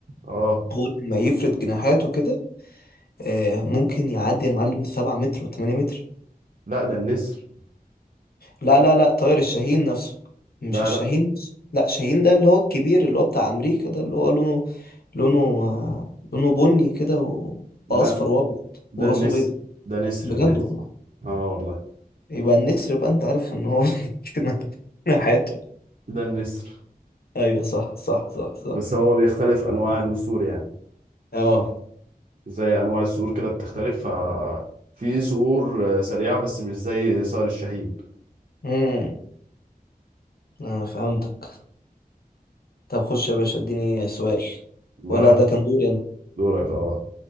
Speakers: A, on the right (about 55°); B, on the left (about 75°).
A: اه
B: هو لما يفرد جناحاته كده آه، ممكن يعدي يا معلم 7 متر و8 متر
A: لا ده النسر
B: لا لا لا طائر الشاهين نفسه مش
A: لا
B: الشاهين
A: لا
B: نفسه لا شاهين ده اللي هو الكبير اللي هو بتاع امريكا ده اللي هو لونه لونه آه، لونه بني كده و-
A: لا
B: واصفر وابيض
A: ده
B: وراسه
A: النسر
B: بيض
A: ده نسر
B: بجد
A: ده نسر
B: والله
A: اه والله
B: يبقى النسر بقى انت عارف ان هو <laughs> كده حياته
A: ده النسر
B: ايوه صح صح صح صح
A: بس هو بيختلف انواع النسور يعني
B: اه
A: زي انواع الصقور كده بتختلف ف في صقور آه، سريعه بس مش زي صقر الشاهين
B: امم انا فهمتك طب خش يا باشا اديني سؤال
A: ما
B: ولا ده كان دوري انا
A: دورك اه